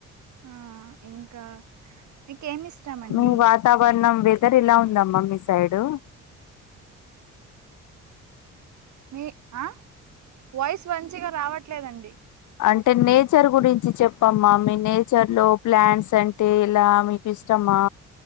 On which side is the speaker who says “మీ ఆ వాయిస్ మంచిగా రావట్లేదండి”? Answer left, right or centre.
Right